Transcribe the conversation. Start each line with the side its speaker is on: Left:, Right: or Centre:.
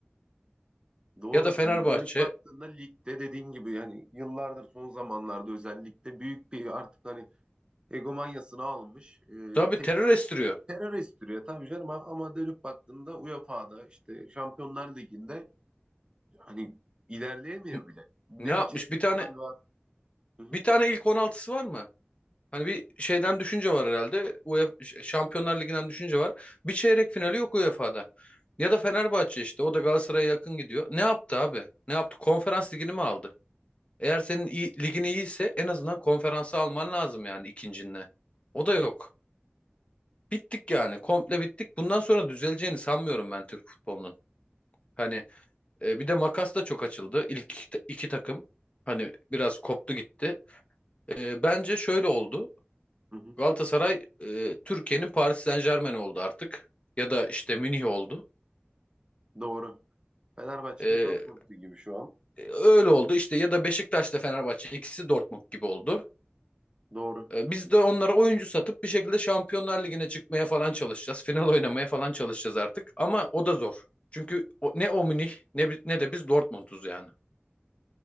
Right: Doğru.
Left: Ya da Fenerbahçe.
Right: Hani dönüp baktığında ligde dediğin gibi yani yıllardır son zamanlarda özellikle büyük bir artık hani egomanyasını almış e,
Left: Tabii
Right: tek
Left: terör estiriyor.
Right: terör estiriyor tabii canım ama ama dönüp baktığında UEFA'da işte Şampiyonlar Ligi'nde hani ilerleyemiyor
Left: N-
Right: bile. Ne
Left: Ne yapmış?
Right: bir çeyrek
Left: Bir tane
Right: final var. Hı hı,
Left: bir tane ilk on altısı var mı? Hani bir şeyden düşünce var herhalde. UEFA Ş- Şampiyonlar Ligi'nden düşünce var. Bir çeyrek finali yok UEFA'da. Ya da Fenerbahçe işte. O da Galatasaray'a yakın gidiyor. Ne yaptı abi? Ne yaptı? Konferans ligini mi aldı? Eğer senin iyi, ligin iyiyse en azından konferansı alman lazım yani ikincinle. O da yok. Bittik yani. Komple bittik. Bundan sonra düzeleceğini sanmıyorum ben Türk futbolunun. Hani e, bir de makas da çok açıldı. İlk iki, ta- iki takım. Hani biraz koptu gitti. E, bence şöyle oldu.
Right: hı hı.
Left: Galatasaray e, Türkiye'nin Paris Saint-Germain oldu artık. Ya da işte Münih oldu.
Right: Doğru. Fenerbahçe'de
Left: E,
Right: Dortmund'u gibi şu an.
Left: e, öyle oldu işte ya da Beşiktaş'ta Fenerbahçe ikisi Dortmund gibi oldu.
Right: Doğru.
Left: E, biz de onlara oyuncu satıp bir şekilde Şampiyonlar Ligi'ne çıkmaya falan çalışacağız. Final oynamaya falan çalışacağız artık ama o da zor. Çünkü o- ne o Münih ne, bi- ne de biz Dortmund'uz yani.